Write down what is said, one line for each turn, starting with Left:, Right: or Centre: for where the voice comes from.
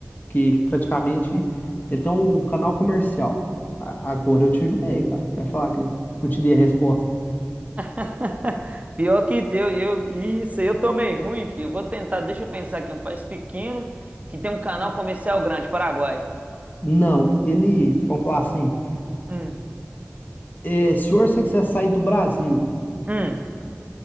Left: que praticamente ele tem um canal comercial. A- Agora eu te ajudei, cara. Vai falar que não te dei a resposta.
Right: <laughs> Pior que deu, eu, isso, aí eu tô meio ruim, filho. Eu Vou tentar, deixa eu pensar aqui, um país pequeno que tem um canal comercial grande, Paraguai.
Left: Não, ele, vamos falar assim,
Right: Hum,
Left: é, se você quiser sair do Brasil
Right: hum.